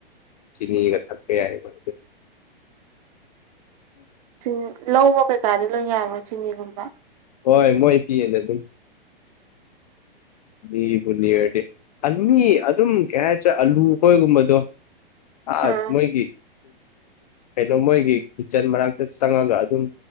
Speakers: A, on the left; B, on the right.
A: ꯆꯅꯤꯒ ꯊꯛꯀꯦ ꯍꯥꯏ ꯈ
B: ꯆꯤꯡ ꯂꯧꯕ ꯀꯩꯀꯥꯗꯤ ꯂꯣꯏ ꯌꯥꯕꯅꯣ ꯆꯤꯍꯤꯒꯨꯝꯕ
A: ꯍꯣꯏ ꯃꯣꯏ ꯄꯤꯌꯦꯅꯦ ꯑꯗꯨꯝ ꯅꯤꯕꯨꯅꯤ ꯑꯣꯏꯔꯗꯤ ꯑꯅꯤ ꯑꯗꯨꯝ ꯀꯌꯥ ꯑꯂꯨꯈꯣꯏꯒꯨꯝꯕꯗꯣ ꯑ
B: ꯑꯥ
A: ꯃꯣꯏꯒꯤ ꯀꯩꯅꯣ ꯃꯣꯏꯒꯤ ꯀꯤꯠꯆꯟ ꯃꯅꯥꯛꯇ ꯆꯪꯉꯒ ꯑꯗꯨꯝ